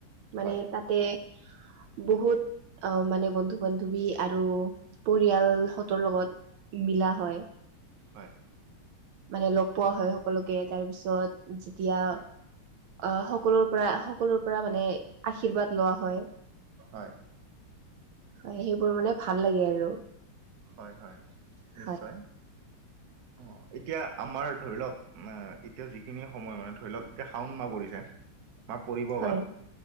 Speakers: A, on the right (about 55°); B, on the right (about 75°).
A: হয়।
B: মানে তাতে বহুত আ মানে বন্ধু-বান্ধৱী আৰু পৰিয়ালহতৰ লগত, মিলা হয়।
A: হয়।
B: মানে লগ পোৱা হয় সকলোকে। তাৰ পিছত যেতিয়া
A: হয়,
B: আহ সকলোৰ পৰা, সকলোৰ পৰা মানে আশীৰ্বাদ লোৱা হয়।
A: হয়।
B: হয় সেইবোৰ মানে ভাল লাগে আৰু।
A: হয় হয়, নিশ্চয়
B: হয়।
A: অঁ। এতিয়া আমাৰ ধৰি লওক, এতিয়া যিখিনি সময় মানে ধৰি লওক এতিয়া শাউন মা পৰিছে, বা পৰিব
B: হয়
A: বা,